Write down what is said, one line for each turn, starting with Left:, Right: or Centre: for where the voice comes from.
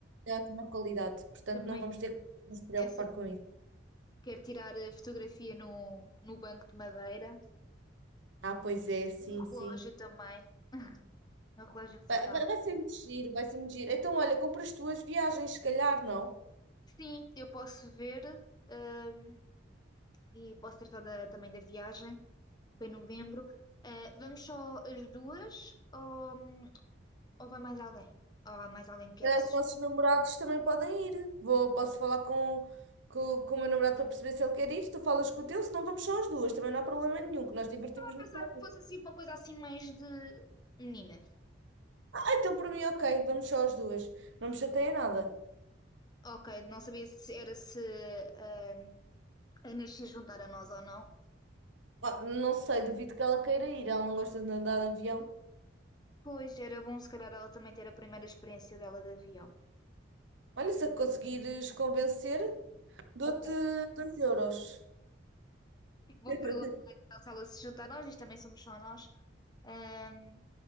Right: é ótima qualidade, portanto
Left: também
Right: não vamos ter que nos preocupar
Left: é, su-
Right: com isso.
Left: quero tirar a fotografia no, no banco de madeira
Right: Ah, pois é, sim,
Left: e no
Right: sim.
Left: relógio também, <laughs> no relógio floral.
Right: Vai, vai vai ser muito giro, vai ser muito giro. Então, olha, compra as tuas viagens, se calhar, não?
Left: Sim, eu posso ver. hum, e posso tratar da- também da viagem para novembro. Eh, vamos só as duas ou, ou vai mais alguém? Ou há mais alguém que quer
Right: Eh, Os
Left: se
Right: nossos namorados também podem ir. Vou, posso falar com, com, com o meu namorado para perceber se ele quer ir. Tu falas com o teu, senão vamos só as duas. Também não há problema nenhum, que nós divertimos-nos.
Left: pensar
Right: muito.
Left: que fosse assim uma coisa assim mais de meninas.
Right: Ah, então para mim, ok, vamos só as duas. Não me chateia nada.
Left: Ok, não sabia se era se ehm, a Inês se juntar a nós ou não.
Right: Ah, não sei, duvido que ela queira ir. Ela não gosta de andar de avião.
Left: Pois era bom se calhar ela também ter a primeira experiência dela de avião.
Right: Olha, se a conseguires convencer, dou-te
Left: Ok.
Right: 2 euros.
Left: Vou
Right: <laughs>
Left: perguntar então se ela se junta a nós, isto também somos só nós. Ehm,